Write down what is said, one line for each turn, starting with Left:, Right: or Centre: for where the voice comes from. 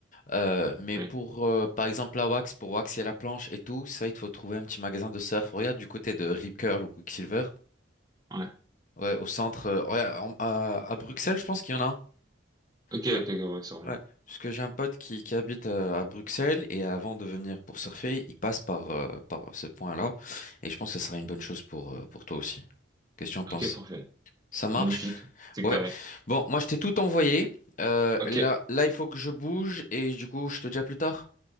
Left: Euh, mais
Right: Oui.
Left: pour, euh, par exemple, la wax, pour waxer la planche et tout, ça, il te faut trouver un petit magasin de surf. Regarde du côté de Rip Curl ou Quicksilver.
Right: Ouais.
Left: Ouais, au centre. euh, ouais, en- à, à Bruxelles, je pense qu'il y en a. un.
Right: Ok,
Left: Que-
Right: ok, ok, ouais, sûrement.
Left: ouais, parce que j'ai un pote qui, qui habite euh, à Bruxelles et avant de venir pour surfer, il passe par, euh, par ce point-là. Et je pense que ça serait une bonne chose pour, euh, pour toi aussi. Qu'est-ce que tu en penses?
Right: Ok, parfait.
Left: Ça marche?
Right: Magnifique. C'est
Left: Ouais.
Right: carré.
Left: Bon, moi, je t'ai tout envoyé. Euh,
Right: Ok,
Left: là, là, il faut que je bouge et du coup, je te dis à plus tard.